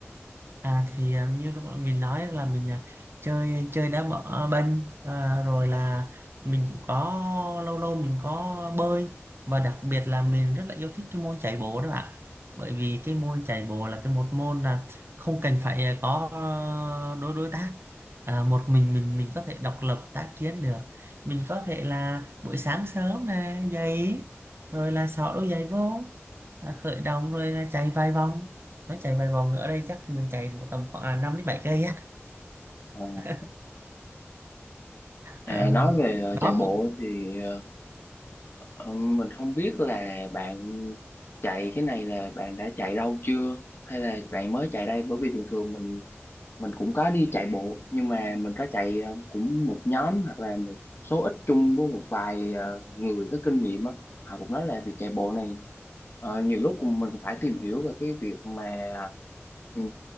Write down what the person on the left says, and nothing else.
á?
À,
nói về ờ,
chạy bộ
thì ờ, Ờ, mình không biết là bạn chạy cái này là bạn đã chạy lâu chưa hay là bạn mới chạy đây bởi vì thường thường mình mình cũng có đi chạy bộ nhưng mà mình có chạy ờ, cũng một nhóm hoặc là một số ít chung với một vài ờ, người có kinh nghiệm á họ cũng nói là việc chạy bộ này ờ, nhiều lúc cũng- mình cũng phải tìm hiểu về cái việc mà ừ,